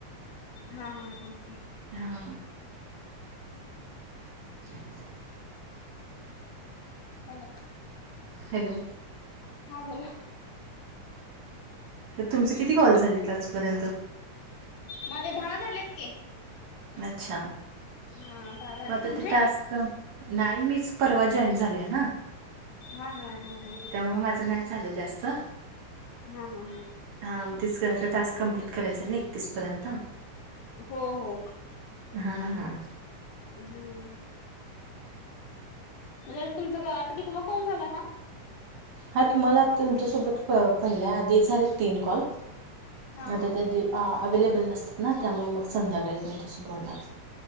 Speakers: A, on the left; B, on the right.
A: हा हा हा हा.
B: हा <inaudible>
A: हॅलो!
B: हॅलो!
A: हा‌ बोला.
B: मग तुमचे किती कॉल झालेत आजपर्यंत?
A: माझे दहा झालेत की.
B: अच्छा! मग
A: हा दहा झाले
B: आता
A: तुमचे
B: ते टास् क, नाही मीच परवा जॉईन झाले आहे ना.
A: हा हा हा हा.
B: त्यामुळं माझं नाही झालं जास्त.
A: हा हा हा.
B: हा मग तेच की आता काॅलचा टास्क कंप्लीट करायचां ना एकतीस पर्यंत.
A: हो हो.
B: हां हां.
A: हम्म,, म्हणजे तुमचं आता कितवा कॉल झाला हा?
B: हा तुम्हाला आता तुमच्यासोबत पहिलाय, आधी झालेत तीन कॉल.
A: हा
B: आता
A: हा
B: त्यातली
A: हा
B: अवे्लेबल नसतात ना, त्यामुळे मग संध्याकाळी त्यांच्याशी बोलणार.